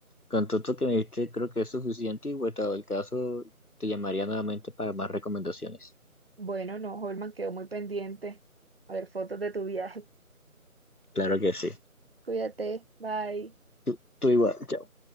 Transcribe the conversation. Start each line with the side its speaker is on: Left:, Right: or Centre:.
Left: con todo esto que me diste, creo que es suficiente y, vuelto el caso, te llamaría nuevamente para más recomendaciones.
Right: Bueno, no, Holman, quedó muy pendiente. A ver, fotos de tu viaje.
Left: Claro que sí.
Right: Cuídate, bye.
Left: Tú, tú igual. chao.